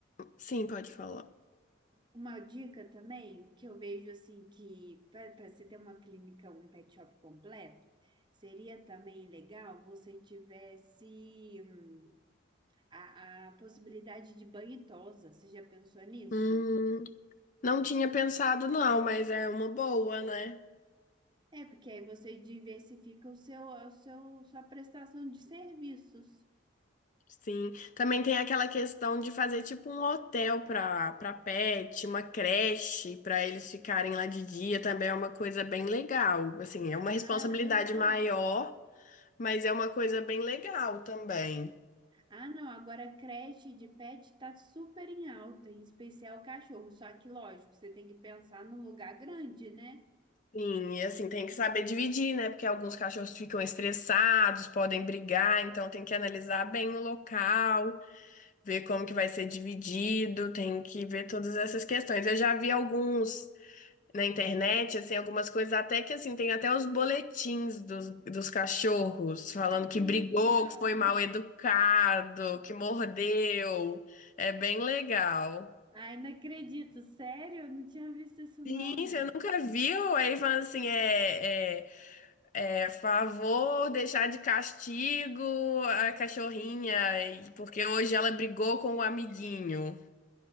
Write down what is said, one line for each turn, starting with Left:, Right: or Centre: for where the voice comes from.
Left: sim, pode falar.
Right: Uma dica também, o que eu vejo assim que para você ter uma clínica, um pet shop completo, seria também legal você tivesse hum, a, a possibilidade de banho e tosa. Você já pensou nisso?
Left: Hum, não tinha pensado não, mas é uma boa, né?
Right: É, porque aí você diversifica o seu, o seu, sua prestação de serviços.
Left: Sim, também tem aquela questão de fazer tipo um hotel para para pet, uma creche para eles ficarem lá de dia, também é uma coisa bem legal. Assim, é
Right: Ah,
Left: uma responsabilidade
Right: verdade.
Left: maior, mas é uma coisa bem legal também.
Right: Ah, não, agora a creche de pet está super em alta, em especial cachorro. Só que, lógico, você tem que pensar num lugar grande, né?
Left: Sim, e assim, tem que saber dividir, né? Porque alguns cachorros ficam estressados, podem brigar, então tem que analisar bem o local, ver como que vai ser dividido, tem que ver todas essas questões. Eu já vi alguns na internet, assim, algumas coisas, até que, assim, tem até os boletins dos, dos cachorros, falando que
Right: Que
Left: brigou,
Right: legal!
Left: que foi mal educado, que mordeu. É bem legal.
Right: Ai, não acredito, sério? Eu não tinha visto isso, não.
Left: Sim, você nunca viu? Aí falando assim, é, é, é favor deixar de castigo a cachorrinha, e- porque hoje ela brigou com o amiguinho.